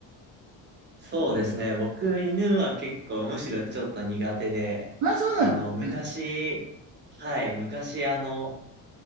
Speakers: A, on the right; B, on the right.
A: そうですね、僕、犬は結構むしろちょっと苦手で、
B: まあそうなんですよ。
A: あの、昔、はい、昔あの、